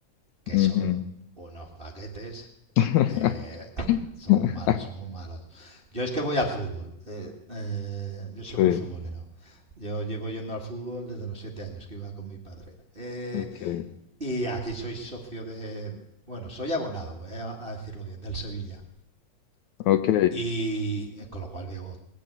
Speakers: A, on the right; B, on the left.
A: que
B: ujú.
A: son unos paquetes,
B: <laughs>
A: eh, <laughs> son muy malos, son muy malos. Yo es que voy al fútbol. eh, eh, yo soy
B: Sí.
A: muy futbolero. Yo llevo yendo al fútbol desde los siete años que iba con mi padre. Eh,
B: Ok.
A: y aquí soy socio de, bueno, soy abonado, voy a, decirlo bien, del Sevilla.
B: Ok.
A: Y eh, con lo cual veo